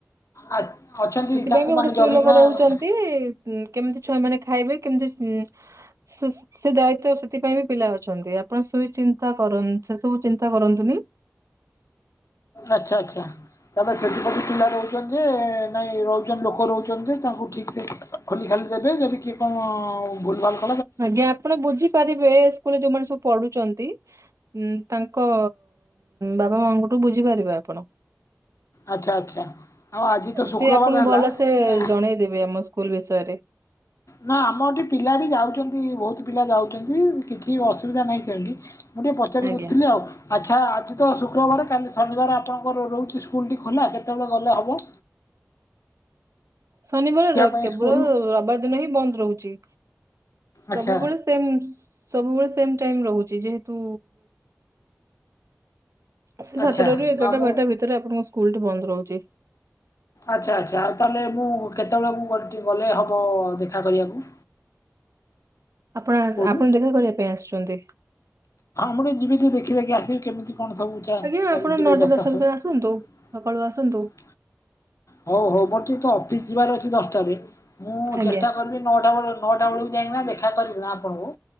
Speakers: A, on the left; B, on the right.
A: ଆ ଅଛନ୍ତି
B: ସେଥିପାଇଁ
A: ତାଙ୍କୁ
B: ବି ଗୋଟେ
A: ମାନେ
B: ସ୍ତ୍ରୀ
A: ଜଗିକିନା
B: ଲୋକ ରହୁଛନ୍ତି ଇ କେମିତି ଛୁଆ ମାନେ ଖାଇବେ କେମିତି ଇମ୍ ସେ ଦାୟିତ୍ୱ ସେଥିପାଇଁ ବି ପିଲା ଅଛ ଛନ୍ତି ଆପଣ ସୁଚିନ୍ତା କର ସେ ସବୁ ଚିନ୍ତା କରନ୍ତୁନି।
A: ଆଛା ଆଛା ତାପାଖେ ପିଲା ରହୁ ର ଯେ ନାଇଁ ରହୁ ଲୋକ ରହୁଛନ୍ତି ତାଙ୍କୁ ଠିକ୍ ସେ ଖୋଲି ଖାଲି ଦେବେ ଯଦି କିଏ କଣ ଅ ଉ ଗୁଳନ।
B: ଆଜ୍ଞା ଆପଣ ବୁଝିପାରିବେ ଏ ସ୍କୁଲରେ ଯୋଉମାନେ ସବୁ ପଢୁଛନ୍ ନ୍ତି ତାଙ୍କ ବାପା ମାଙ୍କଠୁ ବୁଝିପାରିବେ ଆପଣ।
A: ଆଛା ଆଚ୍ଛା। ଆଉ ଆଜି ତ ଶୁକ୍ରବାର
B: ସେ ଆପଣଙ୍କୁ
A: ହେଲା
B: ଭଲସେ
A: କା
B: ଜଣେଇଦେବେ ଆମ ସ୍କୁଲ ବିଷୟରେ
A: ନା ଆମ ଏଠି ପିଲା ବି ଯାଉଛନ୍ତି ବହୁତ ପିଲା ଯାଉଛନ୍ତି କିଛି ଅସୁବିଧା ନାହିଁ ସେଠି ମୁଁ ଟିକେ ପଚାରି
B: ଆଜ୍ଞା।
A: ବୁଝୁଥିଲି ଆଉ ଆଚ୍ଛା ଆଜି ତ ସୁ ଶୁକ୍ରବାର କାଲି ଶନିବାର ଆପଣଙ୍କର ରହୁଛି ସ୍କୁଲଟି ଖୋଲା କେତେବେଳେ ଗଲେ ହବ?
B: ଶନିବାର
A: ପାଇଁ
B: କେବଳ
A: ସ୍କୁଲ
B: ରବିବାର ଦିନ ହିଁ ବନ୍ଦ ରହୁଛି।
A: ଆଚ୍ଛା
B: ସବୁବେଳେ ସେମ ସବୁବେଳେ ସେମ ଟାଇମ ରହୁଛି ଯେହେତୁ ସେ
A: ଆଚ୍ଛା
B: ସାତଟ ରୁ ଏଗାରଟା
A: ଆଉ ମୁଁ
B: ବାରଟା ଭିତରେ ଆପଣଙ୍କ ସ୍କୁଲଟି ବନ୍ଦ ରହୁଛି।
A: ଆଚ୍ଛା ଆଚ୍ଛା ଆଉ ତାହେଲେ ମୁଁ କେତେବେଳକୁକ ଗଲେ ହବ ଦେଖା କରିବାକୁ?
B: ଆପଣ
A: ସ୍କୁଲ
B: ଆପଣ ଦେଖା କରିବା ପାଇଁ ଆସୁଛନ୍ତି?
A: ମୁଁ ରେ ଟିକେ ଯିବି ତୁ ଦେଖିବା କି ଆସିବି କେମିତି କଣ ସବୁ ଚାଲିଛି
B: ଆଜ୍ଞା ଆପଣ ନଅଟା
A: ବ୍ୟବସ୍ଥା
B: ଦଶଟା
A: ସବୁ।
B: ଭିତରେ ଆସନ୍ତୁ। ସକାଳୁ ଆସନ୍ତୁ
A: ହଉ ହଉ ମୋର ତ ଅଫିସ ଯିବାର ଅଛି ଦଶଟାରେ। ମୁଁ
B: ଆଜ୍ଞା
A: ଚେଷ୍ଟା କରିବି ନଅଟା ବେଳ କୁ ନଅଟା ବେଳକୁ ଯାଇକିନା ଦେଖା କରିବି ନା ଆପଣଙ୍କୁ